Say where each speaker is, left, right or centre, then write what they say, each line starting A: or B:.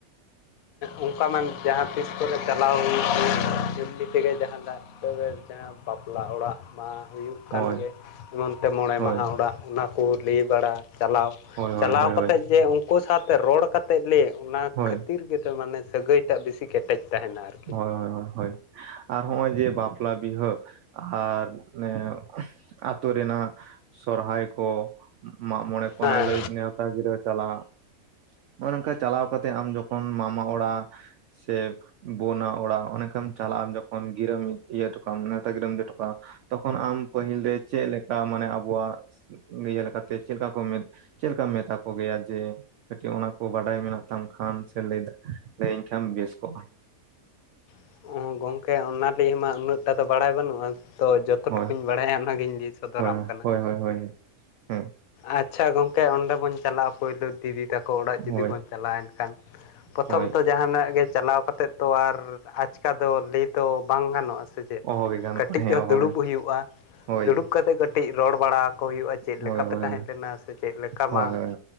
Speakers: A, on the left; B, on the right.
A: ᱚᱱᱠᱟ ᱢᱟ ᱡᱟᱦᱟᱸ ᱛᱤᱥ ᱠᱚᱨᱮ ᱪᱟᱞᱟᱣ ᱮᱢᱱᱤ ᱛᱮᱜᱮ ᱡᱟᱦᱟᱸ <unintelligible> ᱵᱟᱯᱞᱟ ᱚᱲᱟᱜ ᱢᱟ ᱦᱩᱭᱩᱜ ᱠᱟᱱ
B: ᱦᱳᱭ
A: ᱜᱮ ᱮᱢᱚᱱ ᱛᱮ ᱢᱚᱬᱮ
B: ᱦᱳᱭ
A: ᱢᱟᱦᱟ ᱚᱲᱟᱜ ᱚᱱᱟᱠᱚ ᱞᱟᱹᱭ ᱵᱟᱲᱟ ᱪᱟᱞᱟᱣ <inaudible>
B: ᱦᱳᱭ ᱦᱳᱭ
A: ᱪᱟᱞᱟᱣ
B: ᱦᱳᱭ
A: ᱠᱟᱛᱮ
B: ᱦᱳᱭ
A: ᱡᱮ ᱩᱱᱠᱩ ᱥᱟᱶᱛᱮ ᱨᱚᱲ ᱠᱟᱛᱮ ᱞᱮ ᱚᱱᱟ
B: ᱦᱳᱭ
A: ᱤᱨ ᱜᱮ ᱛᱳ ᱢᱟᱱᱮ ᱥᱟᱹᱜᱟᱹᱭ ᱴᱟᱜ ᱵᱮᱥᱤ ᱠᱮᱴᱮᱡ ᱛᱟᱦᱮᱱᱟ ᱟᱨᱠᱤ
B: ᱦᱳᱭ ᱦᱳᱭ ᱦᱚᱭ ᱦᱳᱭ ᱟᱨ ᱦᱚᱸᱜᱼᱚᱭ ᱡᱮ ᱵᱟᱯᱞᱟ ᱵᱤᱦᱟᱹ ᱟᱨ ᱚᱱᱮ ᱟᱛᱳ ᱨᱮᱱᱟᱜ ᱥᱚᱨᱦᱟᱭ ᱠᱚ ᱢᱟᱜ ᱢᱚᱬᱮ ᱠᱚ
A: ᱦᱮᱸ
B: ᱚᱱᱟ ᱞᱟᱹᱭ ᱱᱮᱶᱛᱟ ᱜᱤᱨᱟᱹ ᱪᱟᱞᱟᱜ <unintelligible> ᱱᱚᱝᱠᱟ ᱪᱟᱞᱟᱣ ᱠᱟᱛᱮ ᱟᱢ ᱡᱚᱠᱷᱚᱱ ᱢᱟᱢᱟ ᱚᱲᱟᱜ ᱥᱮ ᱵᱚᱱᱟ ᱚᱲᱟᱜ ᱚᱱᱮ ᱚᱱᱠᱟᱢ ᱪᱟᱞᱟᱜ ᱟ ᱡᱚᱠᱷᱚᱱ ᱜᱤᱨᱟᱹ ᱤᱢ ᱤᱭᱟᱹ ᱦᱚ ᱦᱚᱴᱚᱠᱟᱜ-ᱟᱢ ᱱᱮᱣᱛᱟ ᱜᱤᱨᱟᱹᱢ ᱤᱫᱤ ᱦᱚᱴᱚᱠᱟᱜᱼᱟ ᱛᱚᱠᱷᱚᱱ ᱟᱢ ᱯᱟᱹᱦᱤᱞ ᱨᱮ ᱪᱮᱫ ᱞᱮᱠᱟ ᱢᱟᱱᱮ ᱟᱵᱚᱣᱟᱜ ᱤᱭᱟᱹ ᱞᱮᱠᱟᱛᱮ ᱪᱮᱫᱠᱟ ᱠᱚ ᱢᱮ? ᱪᱮᱫ ᱞᱮᱠᱟ ᱢᱮᱛᱷᱟ ᱠᱚ ᱜᱮᱭᱟ ᱡᱮ? ᱠᱟᱹᱴᱤᱡ ᱚᱱᱟ ᱠᱚ ᱵᱟᱰᱟᱭ ᱢᱮᱱᱟᱜ ᱛᱟᱢ ᱠᱷᱟᱱ ᱥᱮ ᱞᱟᱹᱭ ᱞᱟᱹᱭᱟᱹᱧ ᱠᱷᱟᱱ ᱵᱮᱥ ᱠᱚᱜᱼᱟ
A: ᱦᱮᱸ ᱜᱚᱢᱠᱮ ᱚᱱᱟ ᱞ ᱢᱟ ᱩᱱᱟᱹᱜ ᱴᱟ ᱫᱚ ᱵᱟᱲᱟᱭ ᱵᱟᱹᱱᱩᱜᱼᱟ ᱛᱚ ᱡᱚᱛᱚ ᱡᱚᱛ
B: ᱦᱳᱭ
A: ᱴᱩᱠᱩᱧ ᱵᱟᱲᱟᱭᱟ ᱚᱱᱟᱜᱤᱧ ᱞᱟᱹᱭ ᱥᱚᱫᱚᱨᱟᱢ
B: ᱦᱳᱭ
A: ᱠᱟᱱᱟ
B: ᱦᱳᱭ ᱦᱳᱭ ᱦᱳᱭ ᱦᱮᱸ
A: ᱟᱪᱷᱟ ᱜᱚᱢᱠᱮ ᱚᱸᱰᱮ ᱵᱚᱱ ᱪᱟᱞᱟᱜᱼᱟ ᱯᱳᱭᱞᱳ ᱫᱤᱫᱤ ᱛᱟᱠᱚ ᱚᱲᱟᱜ ᱡᱩᱫᱤ
B: ᱦᱳᱭ
A: ᱵᱚᱱ ᱪᱟᱞᱟᱜᱼᱟ ᱮᱱᱠᱷᱟᱱ᱾ ᱯᱨᱚᱛᱷᱚᱢ
B: ᱦᱳᱭ
A: ᱛᱚ ᱡᱟᱦᱟᱱᱟᱜ ᱜᱮ ᱪᱟᱞᱟᱣ ᱠᱟᱛᱮᱫ ᱛᱚ ᱟᱨ ᱟᱪᱠᱟ ᱫᱚ ᱞᱟᱹᱭ ᱫᱚ ᱵᱟᱝ ᱜᱟᱱᱚᱜᱼᱟ ᱥᱮ ᱪᱮᱫ
B: ᱚᱦᱚ ᱜᱮ ᱜᱟᱱ
A: ᱠᱟᱹᱴᱤᱡ
B: ᱠᱚ ᱦᱮᱸ ᱚᱦᱚ
A: ᱫᱩᱲᱩᱵ
B: ᱜᱮ
A: ᱦᱩᱭᱩᱜᱼᱟ
B: ᱦᱳᱭ
A: ᱫᱩᱲᱩᱵ ᱠᱟᱛᱮᱜ ᱠᱟᱹ ᱠᱟᱹᱴᱤᱡ ᱨᱚᱲ ᱵᱟᱲᱟᱚ ᱦᱩᱭᱩᱜᱼᱟ ᱪᱮᱫ
B: ᱦᱳᱭ
A: ᱞᱮᱠᱟ ᱯᱮ
B: ᱦᱳᱭ
A: ᱛᱟᱦᱮᱸ ᱞᱮᱱᱟ ᱥᱮ ᱪᱮᱫ ᱞᱮᱠᱟ
B: ᱦᱳᱭ
A: ᱵᱟᱝ?
B: ᱦᱳᱭ